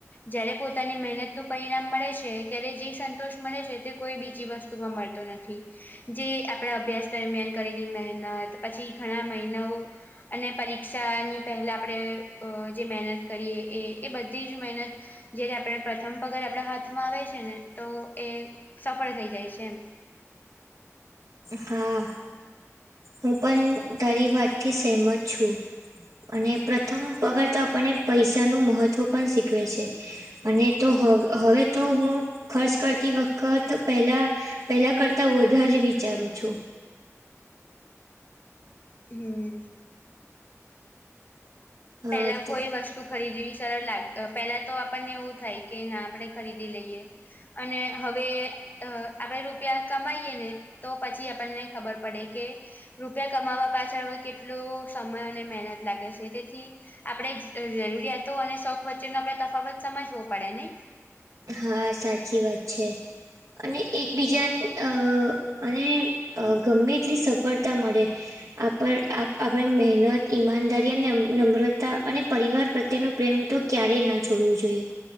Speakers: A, on the left; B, on the right.
A: જ્યારે પોતાની મહેનતનું પરિણામ મળે છે ત્યારે જે સંતોષ મળે છે તે કોઈ બીજી વસ્તુમાં મળતો નથી. જે આપણે અભ્યાસ દરમિયાન કરેલી મહેનત પછી ઘણા મહિનાઓ. અને પરીક્ષાની પહેલા આપણે અહ જે મહેનત કરીએ એ એ બધી જ મહેનત જયારે આપણે પ્રથમ પગાર આપડા હાથમાં આવે છે ને તો એ સફળ થઈ જાય છે એમ
B: હા હું પણ તારી વાતથી સહેમત છું. અને પ્રથમ પગાર તો આપને પૈસા નું મહત્વ પણ શીખવે છે. અને તો હ હવે તો હું ખર્ચ કરતી વખત પેલા પેલા કરતા વધારે વિચારું છું.
A: હમ.
B: હા
A: પેલા
B: તો
A: કોઈ વસ્તુ ખરીદવી સરળ લાગતો પેલા તો આપણને એવું થાય કે ના આપણે ખરીદી લઈએ અને હવે અ આપડે રૂપિયા કમાઈએ ને તો પછી આપણને ખબર પડે કે. રૂપિયા કમાવવા પાછળ હવે કેટલુ સમય અને મહેનત લાગે છે તેથી આપણેે જ અહ જરૂરિયાતો અને શોખ વચ્ચેનો આપણે તફાવત સમજવો પડે નહી
B: હા સાચી વાત છે અને એકબીજા અહ અને અ ગમે એટલી સફળતા મળે આપણ આપ આપણે મહેનત ઈમાનદારી અને નમ્રતા અને પરિવાર પ્રત્યેનો પ્રેમ તો ક્યારેય ના છોડવું જોઈએ